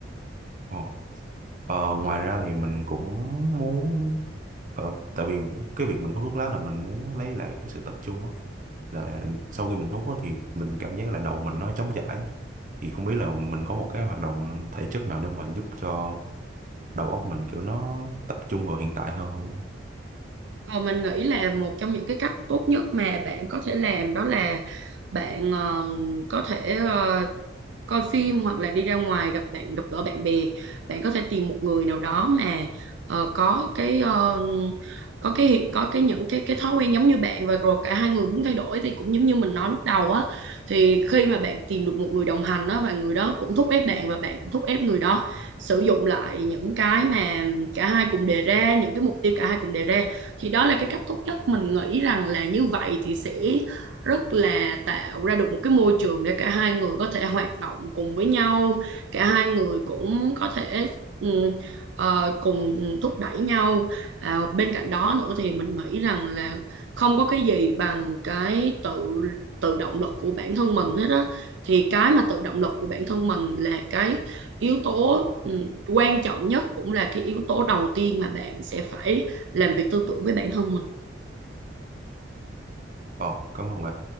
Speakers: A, on the right; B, on the right.
A: Ồ. Ờ, ngoài ra thì mình cũng muốn ờ, tại vì cái việc mình hút thuốc lá là mình muốn lấy lại cái sự tập trung á là sau khi mình hút á thì mình cảm giác là đầu mình nó trống trải thì không biết là mình có một cái hoạt động thể chất nào để mà giúp cho đầu óc mình kiểu nó tập trung vào hiện tại hơn không?
B: Ờ, mình nghĩ là một trong những cái cách tốt nhất mà bạn có thể làm đó là bạn ờ, có thể ờ, coi phim hoặc là đi ra ngoài gặp bạn gặp gỡ bạn bè bạn có thể tìm một người nào đó mà ờ, có cái ờ, có cái hiện- có cái những cái cái thói quen giống như bạn và rồi cả hai người muốn thay đổi thì cũng giống như mình nói lúc đầu á thì khi mà bạn tìm được một người đồng hành á và người đó cũng thúc ép bạn và bạn cũng thúc ép người đó sử dụng lại những cái mà cả hai cùng đề ra những cái mục tiêu cả hai cùng đề ra thì đó là cái cách tốt nhất mình nghĩ rằng là như vậy thì sẽ rất là tạo ra được một cái môi trường để cả hai người có thể hoạt động cùng với nhau cả hai người cũng có thể ừ, ờ, cùng thúc đẩy nhau à, bên cạnh đó nữa thì mình nghĩ rằng là không có cái gì bằng cái tự tự động lực của bản thân mình hết á thì cái mà tự động lực của bản thân mình là cái yếu tố ừ, quan trọng nhất cũng là cái yếu tố đầu tiên mà bạn sẽ phải làm việc tư tưởng với bản thân mình
A: Ờ, cảm ơn bạn.